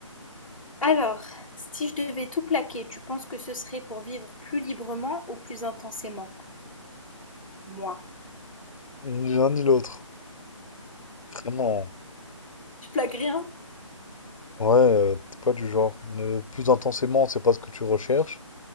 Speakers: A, in the centre; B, on the left (about 80°).
A: Alors, si je devais tout plaquer, tu penses que ce serait pour vivre plus librement ou plus intensément? Moi.
B: Ni l'un ni l'autre. Vraiment.
A: Je plaque rien?
B: Ouais, euh, t'es pas du genre. Ne- plus intensément, c'est pas ce que tu recherches.